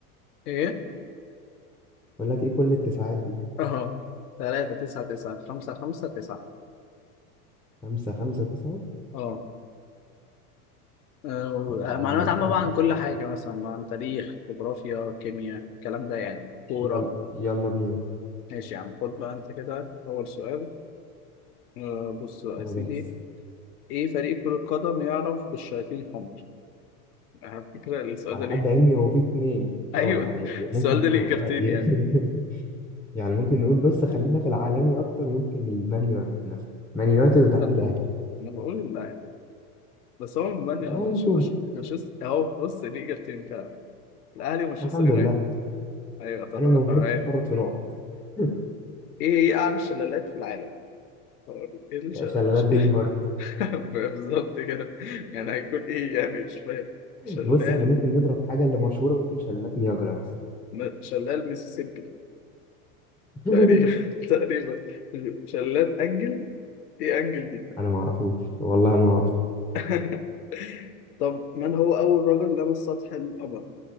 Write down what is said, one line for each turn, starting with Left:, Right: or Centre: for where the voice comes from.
Left: ايه؟
Centre: بقول لك ايه كل التسعات دي
Left: اه تلاتة تسعة تسعة خمسة خمسة تسعة
Centre: خمسة خمسة تسعة
Left: اه آه، و-
Centre: الإعلان
Left: معلومات
Centre: ده
Left: عامة
Centre: يخلص
Left: بقى
Centre: بس
Left: عن كل حاجة
Centre: اه
Left: مثلا بقى عن تاريخ جغرافيا كيمياء الكلام ده يعني كورة
Centre: يلا يلا بينا
Left: ماشي يا عم خد بقى انت كده أول سؤال آه، بص بقى
Centre: أنا
Left: يا سيدي
Centre: جاهز
Left: ايه فريق كرة قدم يعرف بالشياطين الحمر؟ على فكرة السؤال
Centre: على
Left: ده ليه
Centre: حد علمي هو في اتنين
Left: ايوه
Centre: اه يعني ممكن
Left: السؤال ده ليه
Centre: ت... آه،
Left: اجابتين
Centre: ي-
Left: يعني
Centre: <laughs> يعني ممكن نقول بس خلينا في العالمي أكتر ممكن المان يونايتد مثلا مان يونايتد وتحتيه
Left: انا
Centre: الأهلي
Left: انا بقول الاهلي بس هو من مانشستر
Centre: آه نشوف
Left: مانشستر اهو بص ليه اجابتين فعلا الاهلي ومانشستر
Centre: الحمد
Left: يونايتد
Centre: لله
Left: ايوه طب
Centre: أنا ما
Left: طب
Centre: بحبش
Left: أيوة.
Centre: أفرط في نقط <laughs>
Left: ايه هي اعلى الشلالات في العالم؟ هو ايه الشلال؟
Centre: شلالات
Left: شلال
Centre: دريم بارك
Left: <laughs> بالظبط كده يعني هيكون ايه يعني مش فاهم شلال
Centre: بص احنا ممكن نضرب حاجة اللي مشهورة ممكن شلالات نياجرا مثلا
Left: م- شلال ميسيسيبي
Centre: <laughs>
Left: تقريبا <laughs> تقريبا شلال انجل ايه انجل دي؟
Centre: انا ما اعرفوش والله انا ما اعرف
Left: <laughs> طب من هو اول رجل لمس سطح القمر؟